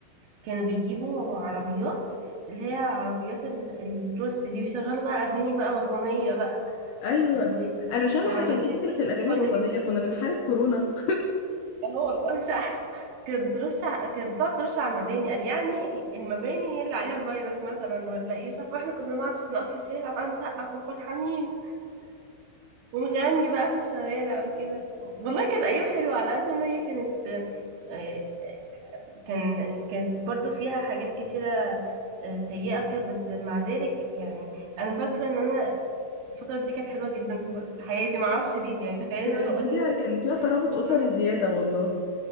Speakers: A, on the right (about 70°); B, on the left (about 65°).
A: كانوا بيجيبوا عربيات اللي هي عربيات ال- اللي بترص دي ويشغلوا بقى أغاني بقى وطنية بقى
B: ايوه
A: والعربيات
B: انا مش فاهمه احنا كان ايه
A: اللي
B: فكره
A: هي بترش
B: الاغاني
A: في الحل
B: الوطنيه
A: دي
B: كنا بنحارب كورونا
A: اه والله مش عارفة كانت بترش ع- كانت بتقعد ترش على المباني قال يعني هي- المباني هي اللي عليها الفيروس مثلا ولا ايه مش عارفة احنا كنا نقعد نقف في الشارع بقى نسقف وفرحانين ونغني بقى في الشوارع وكده والله كانت أيام حلوة على قد ما هي كانت آه، كان كانت برضو فيها حاجات كتيرة آه، سيئة كده بس مع ذلك يعني أنا فاكرة إن أنا الفترة دي كانت حلوة جدا ب- في حياتي معرفش ليه يعني تخيل
B: كان
A: إن أنا أقول
B: فيها
A: للناس
B: كان
A: إن
B: فيها ترابط
A: إن
B: اسري
A: كورونا كانت
B: زياده والله